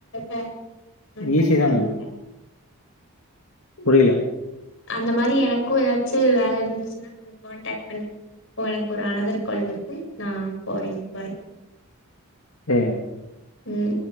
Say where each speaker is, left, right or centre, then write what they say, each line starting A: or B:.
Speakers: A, on the left; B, on the left.
A: <inaudible> கான்டாக்ட்
B: ஈஸி
A: பண்ணுங்க
B: தாங்க புரியல
A: அந்த மாரி எனக்கு ஏதாச்சு வேல இருந்துச்சுன்னா கான்டாக்ட் பண்னு இப்போ எனக்கு ஒரு அனதர் கால் வருது நா போறேங்க பாய்
B: தேவ
A: ம்